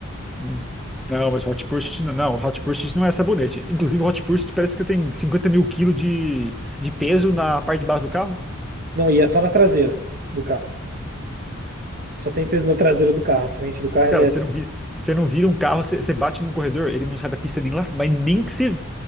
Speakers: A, in the centre; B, on the right.
A: Hum. Não, mas Hot Pursuit não, não, Hot Pursuit não é sabonete. Inclusive, Hot Pursuit parece que tem 50 mil quilos de, de peso na parte de baixo do carro.
B: Não, e é só na traseira do carro. Só tem peso na traseira do carro. A frente do carro
A: Cara, você não vira, você não vira um carro, você, você bate num corredor, ele não sai da pista nem lá, mas nem que você,